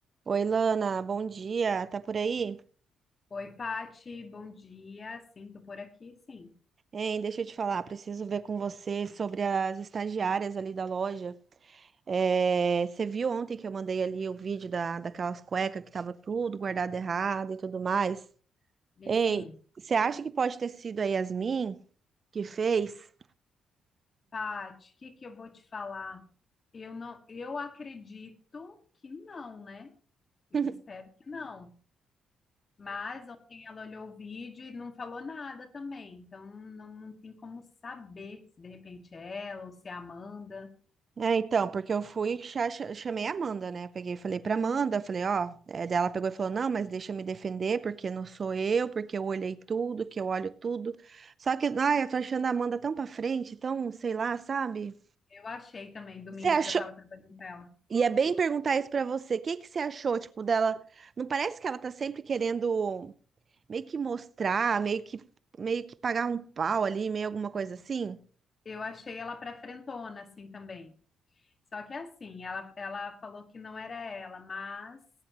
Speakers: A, on the right; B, on the left.
A: Oi, Lana, bom dia. Tá por aí?
B: Oi, Pati, bom dia. Sinto por aqui, sim.
A: Hein, deixa eu te falar, preciso ver com você sobre as estagiárias ali da loja. É, você viu ontem que eu mandei ali o vídeo da, daquelas cuecas que tava tudo guardado errado e tudo mais?
B: E
A: Ei,
B: sim,
A: você acha que pode ter sido a Yasmin que fez?
B: Pati, o que que eu vou te falar? Eu não, eu acredito que não, né? Eu
A: <laughs>
B: espero que não. Mas ontem ela olhou o vídeo e não falou nada também. Então não, não tem como saber se de repente é ela ou se é a Amanda.
A: É, então, porque eu fui, cha- cha- chamei a Amanda, né? peguei, e falei pra
B: Uhum.
A: Amanda, falei, ó, é, daí ela pegou e falou, não, mas deixa eu me defender, porque não sou eu, porque eu olhei tudo, que eu olho tudo. Só que, ai, eu tô achando a Amanda tão pra frente, tão, sei lá, sabe?
B: Eu achei também, domingo
A: Você achou?
B: que eu tava trabalhando com ela.
A: E é bem perguntar isso pra você, o que que você achou, tipo, dela? Não parece que ela tá sempre querendo meio que mostrar, meio que, meio que pagar um pau ali, meio alguma coisa assim?
B: Eu achei ela pra frentona, assim também. Só que assim, ela, ela falou que não era ela, mas